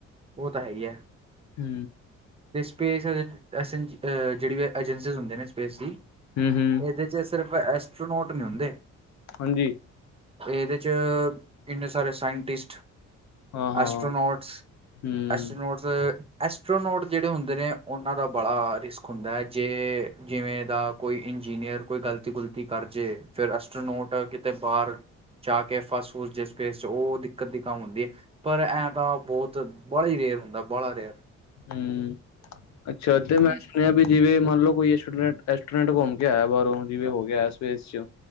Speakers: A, on the right; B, on the left.
A: ਉਹ ਤਾਂ ਹੈ ਹੀ ਹੈ
B: ਹੂੰ।
A: ਸਪੇਸ ਜਿਹੜੀ ਅਜੰਸੀ ਹੁੰਦੀ ਨੇ ਸਪੇਸ ਦੀ,
B: ਹੂੰ ਹੂੰ
A: ਇਹਦੇ ਜੇ ਸਿਰਫ ਐਸਟੋਨੋਟ ਨਹੀਂ ਹੁੰਦੇ।
B: ਹਾਂਜੀ।
A: ਇਹਦੇ ਚ ਇੰਨੇ ਸਾਰੇ ਸਾਇੰਟਿਸਟ
B: ਹਾਂ ਹਾਂ
A: ਐਸਟ੍ਰੋਨੋਟਸ,
B: ਹੂੰ
A: ਐਸਟ੍ਰੋਨੋਟਸ, ਐਸਟ੍ਰੋਨੋਟ। ਜਿਹੜੇ ਹੁੰਦੇ ਨੇ ਉਹਨਾਂ ਦਾ ਬੜਾ ਰਿਸਕ ਹੁੰਦਾ ਹੈ। ਜੇ ਜਿਵੇਂ ਦਾ ਕੋਈ ਇੰਜੀਨੀਅਰ ਕੋਈ ਗ਼ਲਤੀ ਗੁਲਤੀ ਕਰ ਜੇ ਫਿਰ ਐਸਟਰਨੋਟ ਕਿਤੇ ਬਾਹਰ ਜਾ ਕੇ ਫਸ ਫੁਸ ਜਾਏ ਸਪੇਸ ਚ, ਔ ਦਿੱਕਤ ਦੀ ਕੰਮ ਹੁੰਦੀ ਹੈ। ਪਰ ਐਂ ਤਾਂ, ਬਹੁਤ ਬੜਾ ਹੀ ਰੇਅਰ ਹੁੰਦਾ ਬੜਾ ਰੇਅਰ।
B: ਹੂੰ ਅੱਛਾ
A: ਹਮ,
B: ਤੇ ਮੈਂ ਐ ਵੀ ਜਿਵੇਂ ਮੰਨ ਲਓ ਕੋਈ ਐਸਟਰੋ ਐਸਟਰੋਂਨੌਟ ਘੁੰਮ ਕੇ ਆਇਆ ਬਾਹਰੋਂ, ਜਿਵੇਂ ਹੋ ਕੇ ਆਯਾ ਹੈ, ਸਪੇਸ ਚ